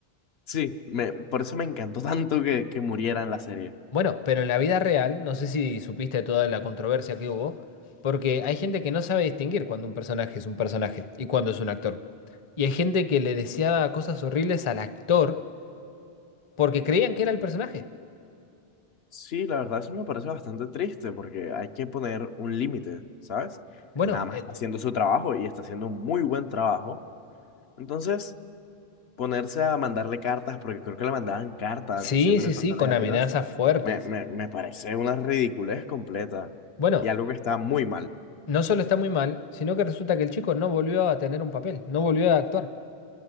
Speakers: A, on the left; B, on the left.
A: Sí, me, por eso me encantó tanto que, que muriera en la serie.
B: Bueno, pero en la vida real, no sé si supiste de toda la controversia que hubo, porque hay gente que no sabe distinguir cuando un personaje es un personaje y cuando es un actor. Y hay gente que le deseaba cosas horribles al actor porque creían que era el personaje.
A: Sí, la verdad eso me parece bastante triste porque hay que poner un límite, ¿sabes?
B: Bueno,
A: Él nada más
B: el-
A: está haciendo su trabajo y está haciendo un muy buen trabajo. Entonces, ponerse a mandarle cartas, porque creo que le mandaban cartas
B: Sí,
A: diciéndole
B: sí,
A: cosas
B: sí, con
A: negativas,
B: amenazas fuertes.
A: me, me, me parece una ridiculez completa
B: Bueno,
A: y algo que está muy mal.
B: no solo está muy mal, sino que resulta que el chico no volvió a tener un papel, no volvió a actuar.